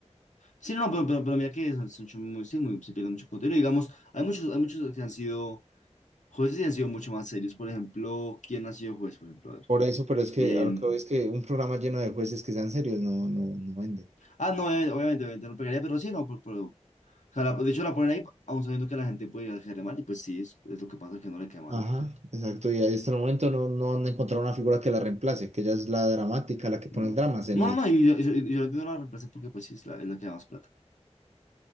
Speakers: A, on the left; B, on the right.
A: Sí, no, no, pero, pero, pero mira que son, son muy, sí, muy- se pierde mucho contenido. Digamos, hay muchos, hay muchos que han sido jueces y han sido mucho más serios. Por ejemplo, ¿quién ha sido juez? Por ejemplo, a ver.
B: Por eso, pero es que
A: Em,
B: a lo que voy es que un programa lleno de jueces que sean serios no, no, no vende.
A: ah, no, obviamente, obviamente, obviamente no pegaría, pero sí, no, pero, pero- o sea, la- de hecho la ponen ahí, aún sabiendo que la gente puede llegar a caerle mal, y pues sí, es, es lo que pasa, que no le cae mal.
B: Ajá, exacto. Y hasta el momento no, no han encontrado una figura que la reemplace, que ella es la dramática, la que
A: No.
B: pone el drama. Se
A: No,
B: necesita
A: no, y yo, yo, yo lo entiendo la reemplacen porque pues sí es la, es la que da más plata.